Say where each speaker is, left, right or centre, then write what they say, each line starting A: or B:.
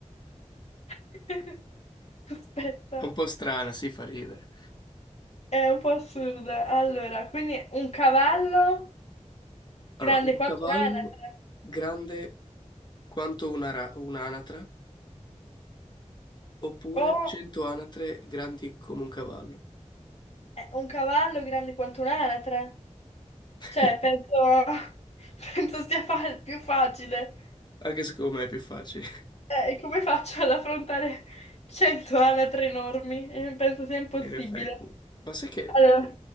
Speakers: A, on the left; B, on the left.
A: <laughs> Aspetta,
B: È un po' strana, si fa ridere.
A: è un po' assurda. Allora, quindi un cavallo
B: Allora,
A: grande
B: un
A: quanto
B: cavallo
A: un'anatra.
B: grande quanto una ra- un'anatra, oppure
A: Oh,
B: 100 anatre grandi come un cavallo.
A: eh, un cavallo grande quanto un'anatra.
B: <laughs>
A: Cioè, penso, <laughs> penso sia fa- più facile.
B: Anche secondo me è più facile,
A: Eh, come faccio ad affrontare 100 anatre enormi? Eh, penso sia
B: <laughs>
A: impossibile.
B: in effetti. Ma sai che
A: Allora...